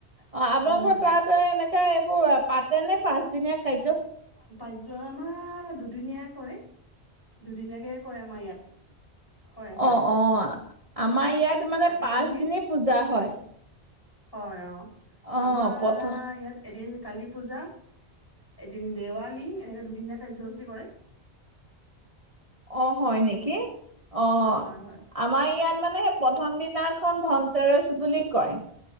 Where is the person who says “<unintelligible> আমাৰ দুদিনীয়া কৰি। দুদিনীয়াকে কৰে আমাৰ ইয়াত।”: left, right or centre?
Left